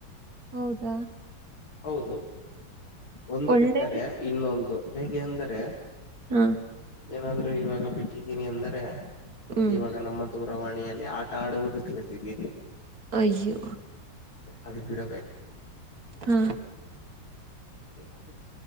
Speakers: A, on the right; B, on the left.
A: ಹೌದಾ
B: ಹೌದು ಒಂದು
A: ಒಳ್ಳೆ
B: ಬಿಟ್ಟರೆ ಇನ್ನೊಂದು ಹೇಗೆ ಎಂದರೆ
A: ಹಾ
B: ಏನಾದ್ರು ಇವಾಗ ಬಿಟ್ಟಿದ್ದೀನಿ ಅಂದರೆ
A: ಹ್ಮ್
B: ಇವಾಗ ನಮ್ಮ ದೂರವಾಣಿಯಲ್ಲಿ ಆಟ ಆಡುವುದಕ್ಕೆಲತಿದ್ದೀರಿ
A: ಅಯ್ಯೋ
B: ಅದು ಬಿಡ
A: ಹೂ
B: ಏನ್ ಹೇಳಿ